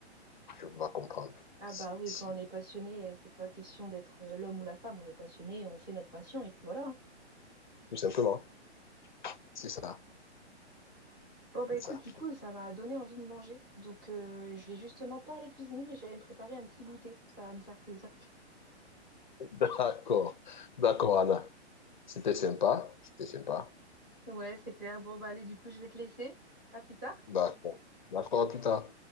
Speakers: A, on the left; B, on the right.
A: tu peux pas comprendre.
B: Ah
A: Si,
B: bah oui,
A: si.
B: quand on est passionné, euh, c'est pas question d'être euh, l'homme ou la femme, on est passionné, on fait notre passion, et puis voilà. hein.
A: Tout simplement, c'est ça,
B: Bon bah
A: c'est
B: écoute,
A: ça.
B: du coup, ça m'a donné envie de manger, donc euh, je vais justement pas aller cuisiner, mais je vais aller me préparer un petit goûter, ça va me faire plaisir.
A: <laughs> D'accord, d'accord, Anna. C'était sympa, c'était sympa.
B: Ouais, c'est clair, bon bah allez, du coup, je vais te laisser, à plus tard.
A: D'accord, d'accord, à plus tard.